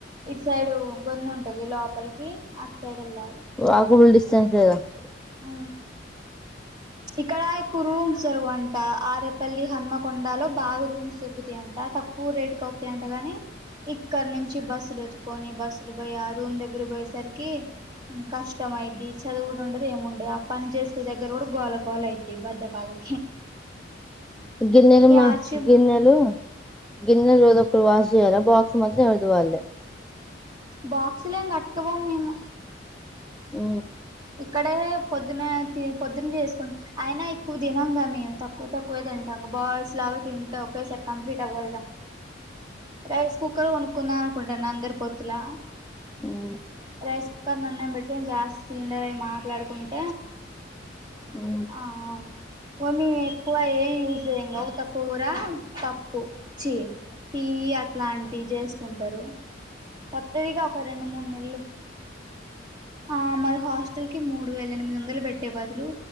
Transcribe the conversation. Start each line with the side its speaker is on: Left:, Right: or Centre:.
Right: ఇటు సైడ్ గొందు ఉంటది లోపలికి అటు సైడ్ వెళ్ళాలే
Centre: <unintelligible>
Right: అ ఇక్కడ ఎక్కువ రూమ్స్ దొరగవంట ఆరేపల్లి హన్మకొండ లో బాగా రూమ్స్ దొరుగుతాయంట తక్ కూర రేటుకి వతాయంటగాని ఇక్కడ నుంచి బస్సులు ఎతుకొని బస్సులు పోయి ఆ రూమ్ దగ్గర పోయేసరికి కష్టం అయ్యిద్దీ చదువుడు ఉండది ఏముండదు ఆ పని చేస్తే దగ్గర కూడ గోల గోల <unintelligible> బద్ధకలకి
Centre: గిన్నెలు మా
Right: ఆర్చి
Centre: గిన్నెలు గిన్నెల రోజు ఒకరు వాష్ చేయాలా బాక్స్ మాత్రం ఎవరది వాళ్ళే
Right: బాక్సులుం ఎం కట్టుకపోము మేము
Centre: ఉ
Right: ఇక్కడే పొద్దున్న పొద్దున్న చేసుకుంటా. అయినా ఎక్కువ తినంగా మేము తక్కువ తక్కువే తింటాం బాయ్స్ లాగా తింటే ఒకేసారి కంప్లీట్ అవ్వదుగా. రైస్ కుక్కరే కొనుక్కుందామనుకుంటున్నా అందరి పొత్తులా.
Centre: ఉమ్.
Right: రైస్ కుక్కర్లో అన్నం పెట్టుకొని గ్యాస్ సిలిండర్యే మాట్లాడుకుంట.
Centre: ఉమ్
Right: ఆహ్ ఆహ్ పోని. తక్కువేం యూజ్ చేయంగా త. కూర పప్పు చీ టీ అట్లాంటివి చేసుకుంటారు. ఒత్తాయిగ ఒక రెండు మూడు నెలలు. ఆహ్ మరి హాస్టల్ కి మూడు వేల ఎనిమిది వందలు పెట్టే బదులు.